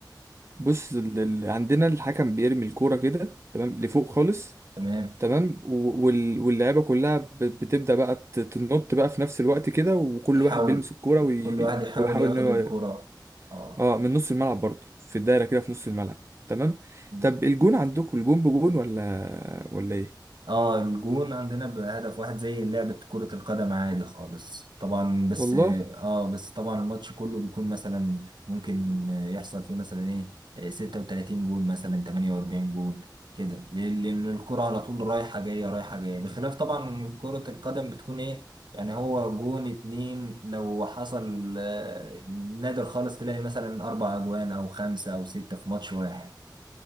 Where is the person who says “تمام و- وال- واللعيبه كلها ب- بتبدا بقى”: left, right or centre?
Right